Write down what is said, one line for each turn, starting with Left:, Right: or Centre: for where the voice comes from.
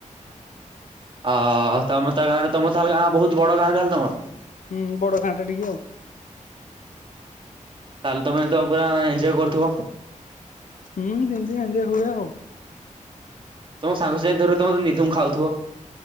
Right: ଆଁ ତମେ ତ ଗାଁରେ ତମର ତାହଲେ ଗାଁ ବହୁତ ବଡ ଗାଁ ତାହେଲେ ତମର?
Left: ହୁଁ ବଡ ଗାଁ ଟା ଟିକେ ଆଉ।
Right: ତାହେଲେ ତମେ ତ ପୁରା ଏଞ୍ଜୟ୍ କରୁଥିବ?
Left: ହୁଁ ସେମିତି ଏଞ୍ଜୟ୍ ହୁଏ ଆଉ।
Right: ତମ ସାଙ୍ଗ ସାଥି ଧରି ତମେ ନିଧୁମ ଖାଉଥିବ?